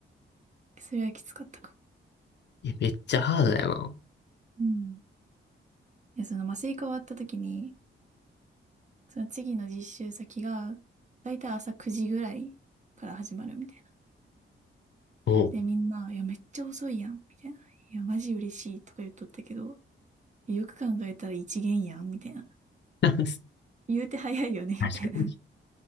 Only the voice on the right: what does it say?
それはきつかったか
も。うん。いや、その麻酔科終わった時に、その次の実習先が、だいたい朝9時ぐらいから始まるみたいな。
で、みんな、いや、めっちゃ遅いやん、みたいな。いや、マジ嬉しいとか言っとったけど、よく考えたら一限やん、みたいな。
言うて早いよね、
みたいな。